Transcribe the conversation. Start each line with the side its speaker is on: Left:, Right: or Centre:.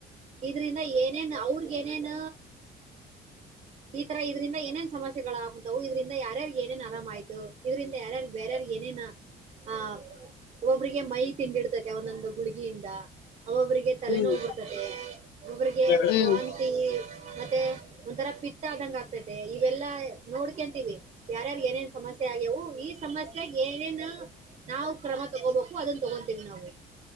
Right: ಇದ್ರಿಂದ ಏನೇನ್ ಅವ್ರಗ ಏನೇನ್ ಈ ತರ ಇದ್ರಿಂದ ಏನೇನ್. ಸಮಸ್ಯೆಗಳಾಗಕ ಕುಂಂತವು ಇದ್ರಿಂದ ಯಾರ್ಯಾರು ಏನೇನ್ ಆರಾಮ ಆಾಯ್ತು ಇದ್ರಿಂದ ಯಾರ್ಯಾರ ಬರ್ಯಾರಾರ್ ಏನೇನ. ಹ ಒಬ್ರಿಗೆ ಮೈ ತಿಂದಿಡ್ತೈತೆ ಒಂದೊಂದು ಗುಳಗಿಯಿಂದ ಒಬ್ಬೊಬ್ಬರಿಗೆ. ತಲೆನೋವು
Left: ಹ್ಮ್ ಹ್ಮ್
Right: ಬರ್ತದೆ ಒಬ್ಬ್ರಿಗೆ
Left: ಹ್ಮ್
Right: ವಾಂತಿ. ಮತ್ತೆ ಒಂಥರ ಪಿತ್ತ ಆದಂಗ ಆಗ್ತೈತೆ ಇವೆಲ್ಲಾ ನೋಡ್ಕಂತೀವಿ. ಯಾರ್ಯಾರು ಏನೇನ್ ಸಮಸ್ಯೆ ಆಗ್ಯವು ಈ. ಸಮಸ್ಯ ಏನೇನ್ ನಾವು ಕ್ರಮ ತಗೋಬೇಕು ಅದನ್ ತಗೊಂತೀವಿ ನಾವು.